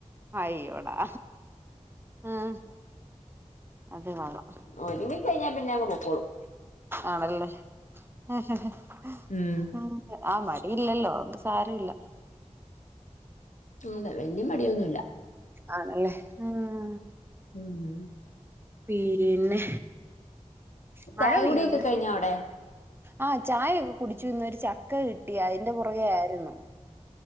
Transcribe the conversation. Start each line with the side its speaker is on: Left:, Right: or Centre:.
Right: അയ്യോടാ ആഹ് അത് വേ <unintelligible> ളാം
Left: ഒരുങ്ങി കഴിഞ്ഞാൽ പിന്നെ അങ്ങ് പൊക്കോളും
Right: ആണല്ലേ ആ ഉ <unintelligible>
Left: ഉം
Right: ആ മടിയില്ലല്ലോ അതുകൊണ്ട് സാരില്ല
Left: അതെ വലിയ മടിയൊന്നുമല്ല
Right: ആണല്ലേ ആഹ്
Left: ഉംഉം
Right: പിന്നെ മഴ
Left: ചായ
Right: പെയ്തോ
Left: കുടിയൊക്കെ
Right: ഇന്ന്
Left: കഴിഞ്ഞോ അവിടെ
Right: ആഹ് ചായൊക്കെ കുടിച്ചു ഇന്ന് ഒരു ചക്ക കിട്ടി അതിന്റെ പുറകെ ആയിരുന്നു